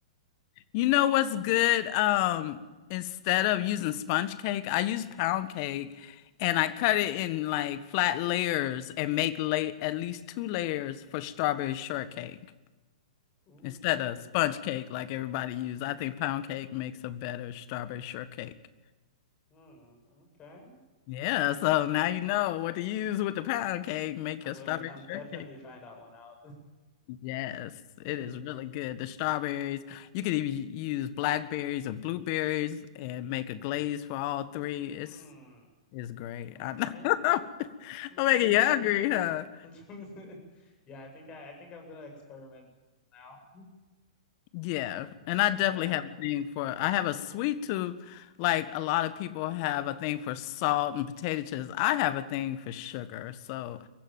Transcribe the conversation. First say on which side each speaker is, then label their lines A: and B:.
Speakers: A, on the left; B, on the left.
A: know what's good? Um, instead of using sponge cake, I use pound cake and I cut it in like flat layers and make la at least two layers for strawberry shortcake
B: <laughs> Ooh.
A: instead of sponge cake like everybody use. I think pound cake makes a better strawberry shortcake.
B: Hmm, okay.
A: Yeah, so now you know what to use with the pound cake. Make
B: I'm
A: your
B: going
A: strawberry
B: to, I'm definitely
A: shortcake.
B: trying that one out.
A: Yes, it
B: <laughs>
A: is really good. The strawberries, you could even use blackberries and blueberries and make a glaze for all three.
B: Hmm,
A: It's it's great.
B: okay.
A: I know. <laughs>
B: Okay.
A: I'm making you hungry, huh?
B: <laughs> Yeah, I think I, I think I'm gonna experiment now.
A: Yeah, and I definitely
B: Yeah.
A: have a thing for I have a sweet tooth. Like a lot of people have a thing for salt and potato chips. I have a thing for sugar. So